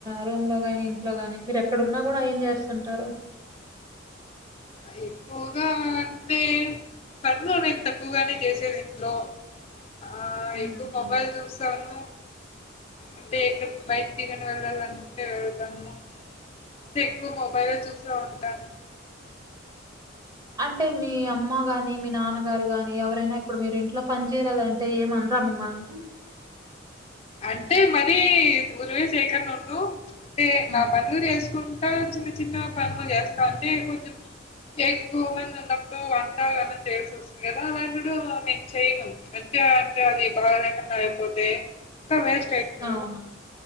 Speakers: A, on the right (about 20°); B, on the left (about 30°).
A: రూమ్ లో ని ఇంట్లో ని మీరు ఎక్కడన్నా కూడా ఏం చేస్తుంటారు <inaudible>
B: అయిపోగాంటే పాన్లో నెతక్కువగానే చేసేది ఇంట్లో ఆ
A: మ్మ్.
B: ఎక్కువ మొబైల్ చూస్తాను అంటే ఎక్కడ ను బయటి తీకని వెళ్ళాల అనుకుంటే వెళ్తాను అంటే ఎక్కువ మొబైల్లో చూస్త ఉంటాను
A: అంటే మీ అమ్మ గాని మీ నాన్నగారు గాని ఎవరైనా ఇప్పుడు మీరు ఇంట్లో పని చేయలేదంటే ఏమ రమమల్ని <unintelligible>
B: అంటే మరి ఊరువే చేయకని ఉన్ను అంటే
A: హ్మ్.
B: నా పనులు చేసుకుంట ఇంకా చిన్న చిన్న పనులు చేస్తావుంటే కొంచెం ఎక్కువ మంది ఉన్నప్పుడు వంట ఏన్నా చేయాల్సి వస్తుంది కదా అలాంటిడు నేను చెయను అంటే అంటే అది బాగా ఎకన్నా అయిపోతే వేస్ట్ అయితది
A: అవును.